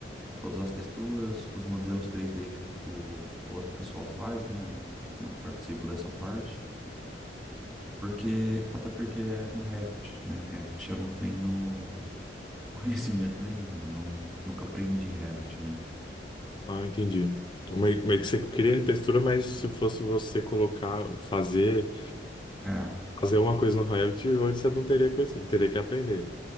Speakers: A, in the centre; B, on the left.
A: todas as texturas, os modelos 3D que o, o outro pessoal faz, né? Eu não, não participo dessa parte, porque até porque é no Revit, né? Revit eu não tenho <laughs> conhecimento nenhum, eu não, nunca aprendi Revit, né?
B: Ah, entendi. Então, meio, meio que você queria textura, mas se fosse você colocar, fazer,
A: É,
B: fazer uma coisa no Revit, hoje você não teria conhecimento, teria que aprender.